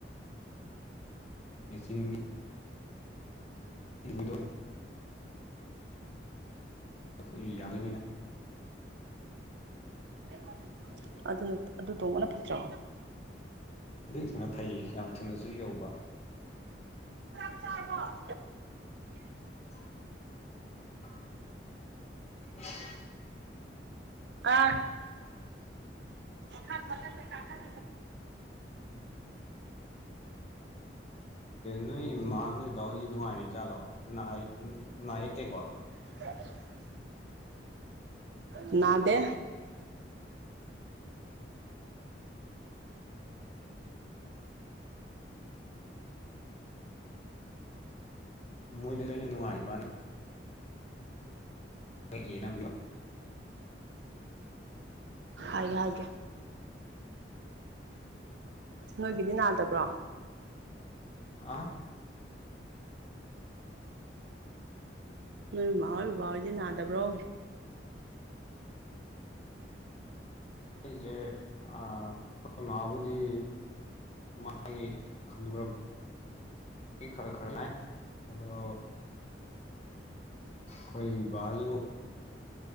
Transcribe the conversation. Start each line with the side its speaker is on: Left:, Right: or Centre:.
Left: ꯃꯦꯆꯤꯟ ꯎꯗꯣ <unintelligible> ꯑꯩꯈꯣꯏꯁꯨ ꯌꯥꯗꯣꯏꯅꯤꯅ
Right: <unintelligible> ꯑꯗꯨꯅ ꯑꯗꯨ ꯇꯣꯡꯕꯅ ꯐꯠꯇ꯭ꯔꯣ
Left: ꯑꯗꯨꯏꯗꯨꯅ ꯐꯩꯌꯦ ꯌꯥꯝ ꯊꯨꯅꯁꯨ ꯌꯧꯕ
Right: ꯆꯥꯛ ꯆꯥꯔꯕꯣ
Left: <inaudible>
Right: ꯑꯥ ꯍ ꯃꯊ ꯄ ꯀꯥ <unintelligible>
Left: ꯅꯣꯏ ꯏꯃꯥ ꯅꯣꯏꯗꯥꯎ ꯅꯨꯡꯉꯥꯢꯖꯠꯂꯣ ꯅꯨꯡꯉꯥꯏꯔꯤ ꯖꯥꯠꯂꯣ ꯅꯥ ꯅꯥ ꯌꯦꯛꯇꯦꯀꯣ
Right: ꯎ <inaudible> ꯅꯥꯗꯦ
Left: ꯃꯣꯏꯗ ꯑꯩꯅ ꯅꯨꯡꯉꯥꯏꯔꯤꯕ ꯅ <unintelligible>
Right: ꯑꯩ ꯍꯥꯏꯒꯦ ꯅꯣꯏꯒꯤꯗꯤ ꯅꯥꯗꯕ꯭ꯔꯣ
Left: ꯍꯥ
Right: ꯅꯣꯏ ꯃꯃꯥ ꯍꯣꯏ ꯕꯕꯥ ꯍꯣꯏꯗꯤ ꯅꯥꯗꯕ꯭ꯔꯣ
Left: ꯑꯩꯈꯣꯢꯁꯦ ꯑ ꯑꯩꯈꯣꯏ ꯃꯥꯕꯨꯗꯤ ꯃꯥꯒꯤ ꯍꯥꯟꯅꯨꯔꯛ ꯈꯔ ꯈꯔ ꯅꯥꯢ ꯑꯗꯣ ꯈꯣꯏ ꯕꯥꯖꯨ